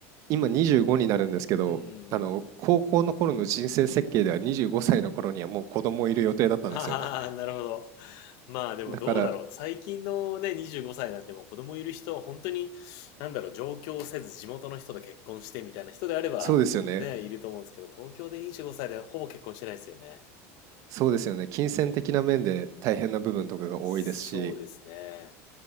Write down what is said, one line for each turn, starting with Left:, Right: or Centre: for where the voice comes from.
Right: 今25になるんですけど、
Left: うんうんうんうん。
Right: あの、高校の頃の人生設計では25歳の頃にはもう子供いる予定だったんですよね。
Left: はあ、なるほど。まあでもどうだろう。
Right: だから、
Left: 最近のね、25歳なんてもう子供いる人は本当に、なんだろう、上京せず地元の人と結婚してみたいな人であれば、
Right: そうですよね。
Left: ね、いると思うんですけど、東京で25歳でほぼ結婚してないですよね。
Right: そうですよね。金銭的な面で大変な部分とかが多いですし、
Left: うん。そうですね。